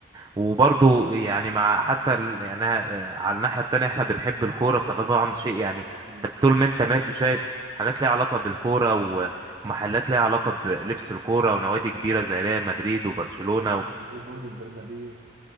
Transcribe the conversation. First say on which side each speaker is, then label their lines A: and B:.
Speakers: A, on the right; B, on the right.
A: وبرضو
B: بز-
A: يعني مع حتى ال- يعني أنا، آه، على الناحية التانية احنا بنحب الكورة فده طبعا شيء يعني
B: بالظبط كده
A: انت طول ما انت ماشي شايف حاجات ليها علاقة بالكورة و- ومحلات ليها علاقة بلبس الكورة ونوادي كبيرة زي ريال مدريد وبرشلونة
B: ممكن
A: و-
B: تزور برضو البرنابيو